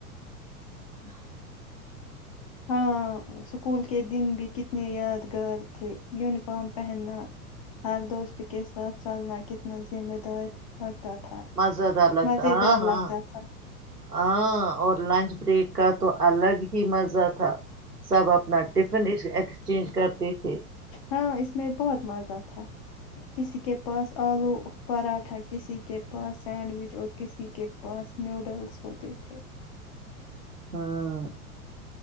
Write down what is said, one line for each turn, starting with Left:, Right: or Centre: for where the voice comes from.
Right: <unintelligible>
Left: ہاں اسکول کے دن بھی کتنے یادگار تھے یونیفارم پہننا ہر دوست کس سات چلنا کتنا ذمہ دار تھا
Right: مزہدہ الگتا
Left: مزیدار
Right: ہاں ہاں
Left: لگتا تھا
Right: ہاں اور لنچ بریک کا تو الگ ہی مزہ تھا سب اپنا ٹفن ایکسچینج کرتے تھے
Left: ہاں اس میں بہت مزہ تھا کسی کے پاس آلو پراٹھا کسی کے پاس سینڈوچ اور کسی کے پاس نوڈلس ہوتے تھے
Right: ہوں